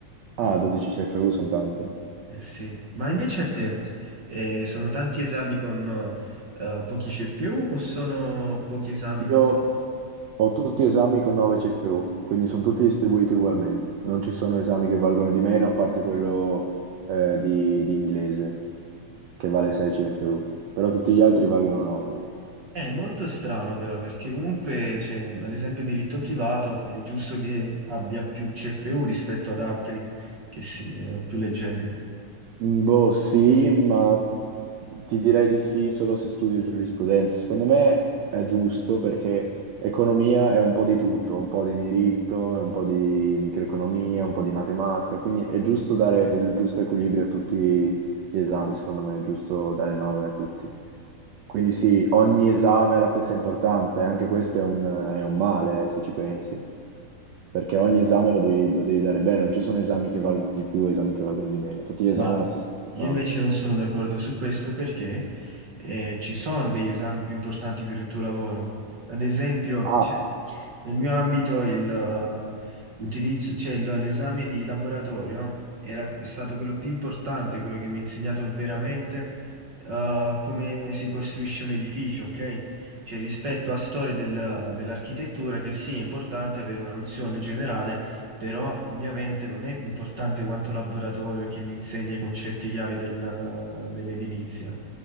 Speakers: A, on the right; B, on the right.
A: ah, 12 CFU sono tanti, eh.
B: Eh sì, ma invece a te eh, sono tanti esami con eh, pochi CFU o sono pochi esami
A: Io,
B: con tanti?
A: Ho tutti esami con 9 CFU, quindi sono tutti distribuiti ugualmente. Non ci sono esami che valgono di meno, a parte quello eh, di, di inglese, che vale 6 CFU, però tutti gli altri valgono 9.
B: È molto strano però perché comunque, cioè, ad esempio, diritto privato è giusto che abbia più CFU rispetto ad altri che si, eh, più leggeri.
A: Mm, Boh, sì, ma ti direi di sì solo se studio giurisprudenza. Secondo me è giusto perché economia è un po' di tutto, un po' di diritto, è un po' di microeconomia, un po' di matematica, quindi è giusto dare il giusto equilibrio a tutti gli esami, secondo me è giusto dare 9 a tutti. Quindi sì, ogni esame ha la stessa importanza e anche questo è un, è un male, eh, se ci pensi, perché ogni esame lo devi, lo devi dare bene, non ci sono esami che valgono di più, esami che valgono di meno, tutti gli esami
B: Ma
A: hanno la stessa importanza.
B: io invece non sono d'accordo su questo perché eh, ci sono degli esami più importanti per il tuo lavoro. Ad esempio,
A: Ah,
B: cioè, nel mio ambito il, eh, l'utilizzo, cioè, il- l'esame di laboratorio era, è stato quello più importante, quello che mi ha insegnato veramente eh, come si costruisce un edificio, ok? Cioè rispetto a storia del- dell'architettura che sì, è importante avere una nozione generale però ovviamente non è importante quanto laboratorio che mi insegni i concetti chiavi del- dell'edilizia.